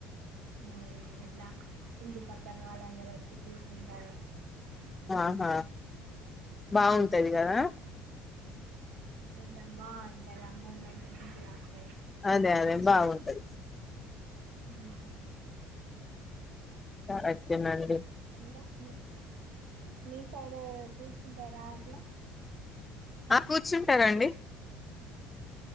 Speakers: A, on the right; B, on the left.
A: మ్ అట్లా ఇంటి పక్కన వాళ్ళందరొచ్చి కూర్చుంటారు
B: ఆహా బాగుంటది
A: మ్,
B: కదా
A: కొంచెం బాగుంటది ఆ మూమెంట్ మంచిగా ఉంటది
B: అదే అదే బాగుంటది
A: మ్
B: కరెక్టేనండి
A: ఇంగ మీ మీ సైడ్ కూర్చుంటారా అట్ల
B: ఆ కూర్చుంటారండి